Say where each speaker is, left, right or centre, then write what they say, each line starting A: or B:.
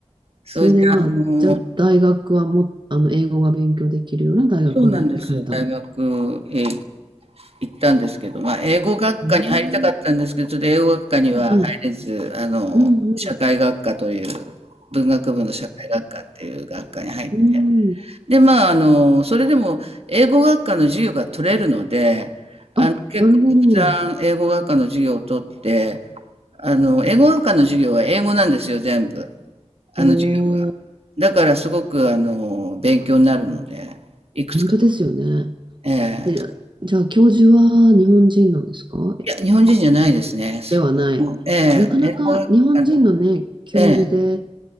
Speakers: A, on the right; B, on the right.
A: それで、
B: それでまあ、
A: あの、
B: じゃあ大学はも、あの、英語が勉強できるような大学に行かれたんです。
A: そうなんです。大学へ行ったんですけど、まあ、英語学科に入りたかったんですけど、
B: うん。
A: ちょっと英語学科には入れず、
B: うんうん。
A: あの、
B: うんうん。
A: 社会学科という、文学部の社会学科っていう学科に入って、
B: うんうん。
A: で、まあ、あの、それでも英語学科の授業が取れるので、あの、
B: あ、
A: 結構たくさん英語学科の授業を取って、
B: なるほど。
A: あの、英語学科の授業は英語なんですよ、全部。あの授業が。
B: おー、
A: だからすごく、あの、勉強になるので、いくつかと。
B: 本当ですよね。
A: ええ
B: で、じゃあ、教授は日本人なんですか
A: いや、日本人じゃないですね。
B: ではない。
A: ええ、
B: なかなか日本人のね、
A: 英語あの
B: 教授で、
A: ええ、